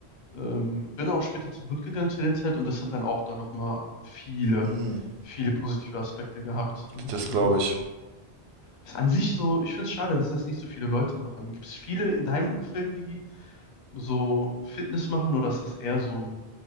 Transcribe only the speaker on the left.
Ähm, bin auch später zum Bund gegangen zu der Zeit und das hat dann auch da nochmal viele,
viele positive Aspekte gehabt. Und
äh,
ist an sich so, ich finde es schade, dass das nicht so viele Leute machen. Gibt es viele in deinem Umfeld, die so Fitness machen oder ist das eher so ein